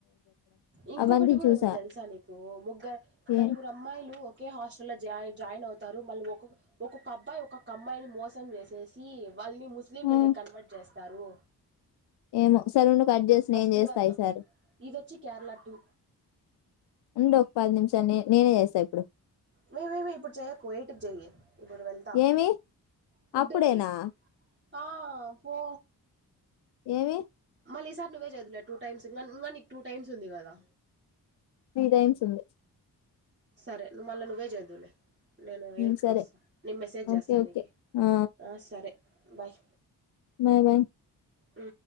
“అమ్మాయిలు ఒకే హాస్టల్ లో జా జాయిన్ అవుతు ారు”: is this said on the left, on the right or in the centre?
Right